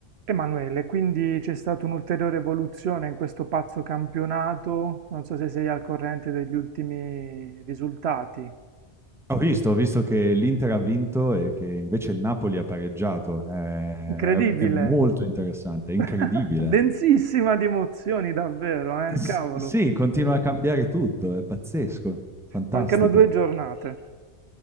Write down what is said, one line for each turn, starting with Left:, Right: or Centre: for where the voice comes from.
Right: Emanuele, quindi c'è stata un'ulteriore evoluzione in questo pazzo campionato, non so se sei al corrente degli ultimi risultati.
Centre: Ho visto, ho visto che l'Inter ha vinto e che invece il Napoli ha pareggiato. È,
Right: Incredibile!
Centre: è- è molto interessante, è
Right: <laughs>
Centre: incredibile.
Right: Densissima di emozioni, davvero,
Centre: S-
Right: eh? Cavolo,
Centre: sì, continua a cambiare tutto, è pazzesco, fantastico.
Right: mancano due giornate.